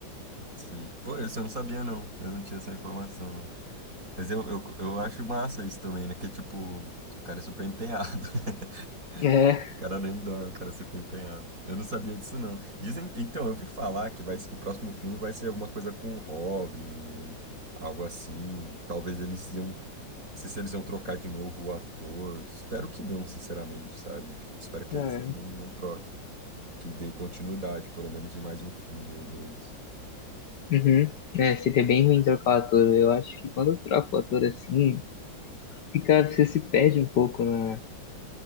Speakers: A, on the right; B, on the left.
A: sim. Pô, isso eu não sabia, não. Eu não tinha essa informação, não. Mas eu, eu, eu acho massa isso também, né? Que, tipo, o cara é super empenhado. <laughs>
B: É,
A: O cara nem dorme, o cara é super empenhado. Eu não sabia disso, não. Dizem... Então, eu vi falar que vai... ser- o próximo filme vai ser alguma coisa com o Robin, algo assim. Talvez eles iam... Não sei se eles iam trocar de novo o ator. Espero que não, sinceramente, sabe? Tipo, espero que
B: cara.
A: a Disney não, não troque. Que dê continuidade, pelo menos em mais um filme ou dois.
B: Uhum. É, seria bem ruim trocar o ator. Eu acho que quando eu troco o ator assim, fica, você se perde um pouco na,